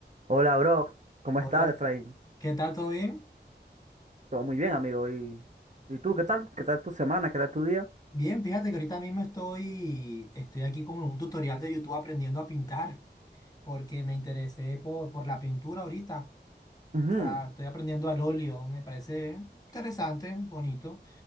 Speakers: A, on the right (about 40°); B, on the left (about 20°).
A: Hola, bro. ¿Cómo
B: Hola,
A: estás, Efraín?
B: ¿qué tal? ¿Todo bien?
A: Todo muy bien, amigo. ¿Y, y tú qué tal? ¿Qué tal tu semana? ¿Qué tal tu día?
B: Bien, fíjate que ahorita mismo estoy, estoy aquí como en un tutorial de YouTube aprendiendo a pintar, porque me interesé por, por la pintura ahorita. O
A: Ujú.
B: sea, estoy aprendiendo al óleo, me parece interesante, bonito.